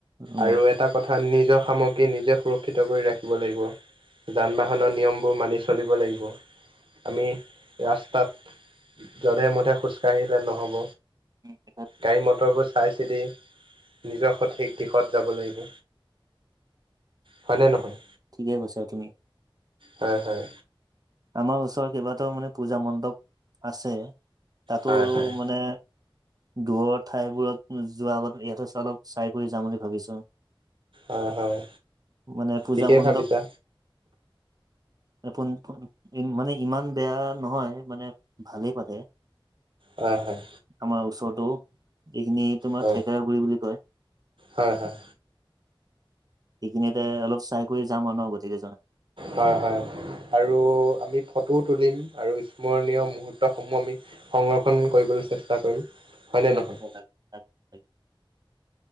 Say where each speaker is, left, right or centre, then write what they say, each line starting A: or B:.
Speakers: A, on the right; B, on the right.
A: উম।
B: আৰু এটা কথা নিজৰ সামগ্ৰী নিজে সুৰক্ষিত কৰি ৰাখিব লাগিব। যান বাহনৰ নিয়মবোৰ মানি চলিব লাগিব। আমি ৰাস্তাত য'ধে মধে খোজকাঢ়িলে নহ'ব।
A: উ
B: গাড়ী মটৰবোৰ চাই চিটি নিজৰ সঠিক দিশত যাব লাগিব। হয়নে নহয়?
A: ঠিকেই কৈছা তুমি।
B: হয় হয়
A: আমাৰ ওচৰৰত কেইবাটাও মানে পূঁজা মণ্ডপ আছে। তাতো
B: হয় হয়
A: মানে দূৰৰ ঠাইবোৰত যোৱাৰ আগত ইয়াতে অলপ চাই কৰি যাম বুলি ভাবিছোঁ আও।
B: হয় হয়
A: মানে পূজা
B: ঠিকেই
A: মণ্ডপ।
B: ভাবিছা
A: <unintelligible> মানে ইমান বেয়া নহয় মানে ভালেই পাতে।
B: হয় হয়
A: আমাৰ ওচৰতো। এইখিনি তোমাৰ
B: হয়
A: থেকেৰা গুৰি বুলি কয়।
B: হয় হয়
A: সেইখিনিতে অলপ চাই কৰি যাম আৰু গতিকেইজন।
B: হয় হয়। আৰু আমি ফটোও তুলিম আৰু স্মৰণীয় মুহূৰ্তসমূহ আমি সংৰক্ষণ কৰিবলৈ। চেষ্টা কৰিম। হয়নে
A: লাগিব
B: নহয়
A: লাগ ল।